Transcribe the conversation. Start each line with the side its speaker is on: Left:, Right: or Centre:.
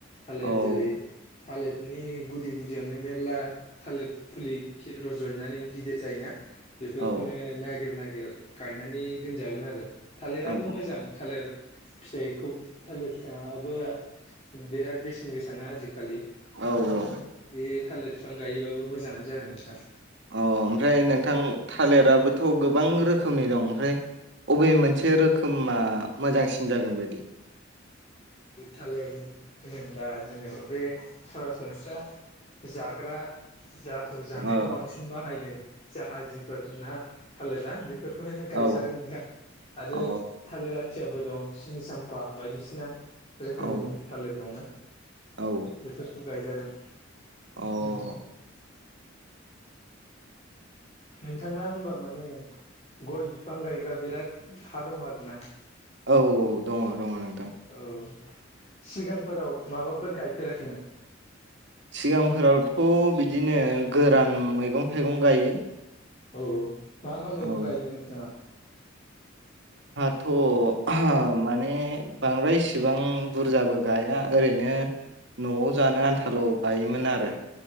Left: थालिर
Right: औ
Left: जेरै थालिदनि गुदि गुदियावनो मेरला थालिर फुलि खि रज'नानै गिदिर जायोना। बेफोरखौनो
Right: औ
Left: नागिर- नागिर गायनानै दोनजागोन आरो थालिराबो
Right: औ
Left: मोजां थालिर। फिथाइखौ थालिर फिथायाबो बिराद बेसेन गोसा। ना आजिखालि
Right: औ
Left: बे
Right: औ
Left: थालिर फिफां गायोबाबो मोजाङानो जागोन नोंथां।
Right: अ ओमफ्राय नोंथां थालिराबोथ' गोबां रोखोम <unintelligible> दं ओमफ्राय अबे मोनसे रोखोमा मोजांसिन जागोन बायदि।
Left: थालिर होनोब्ला जेनेबा बे सरासनस्रा जाग्रा। जाखौ जानायाव
Right: ओ
Left: बांसिन बाहायो जाहाजिफोर ना थालिरा बे बेफोरखौनो गायजागोन
Right: औ
Left: दा आरो
Right: अ
Left: थालिर आ <unintelligible> दं सिनि साम्फा बायदिसिना। रोखोमनि
Right: औ
Left: थालिर दंना
Right: औ
Left: बेफोरखौ गायजागोन।
Right: अ
Left: ओ। नोंथांना होमबा माने गय बिफां गायग्रा बिराद हा दं आरो ना।
Right: औ औ दङ दङ नों
Left: औ सिगांफोराव माबाफोर गायफेराखैमोन?
Right: सिगांफोरावथ' बिदिनो गोरान मैगं -थाइगं गायो।
Left: औ मा- मा मैगं
Right: औ
Left: गायोमोन नोंथाङा?
Right: थ' आह माने बांद्राय इसिबां बुरजाबो गाया ओरैनो। न'आव जानो आनथाल' गायोमोन आरो।